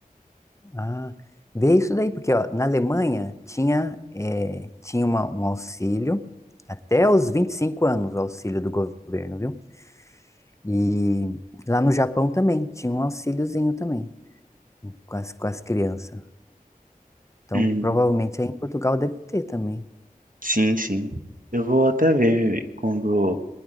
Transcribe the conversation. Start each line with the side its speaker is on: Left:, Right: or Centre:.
Left: Ah, vê isso daí, porque ó, na Alemanha tinha, eh, tinha uma- um auxílio até os 25 anos, o auxílio do governo, viu? E lá no Japão também tinha um auxíliozinho também com as, com as crianças. Então,
Right: Hum,
Left: provavelmente aí em Portugal deve ter também.
Right: sim, sim. Eu vou até ver quando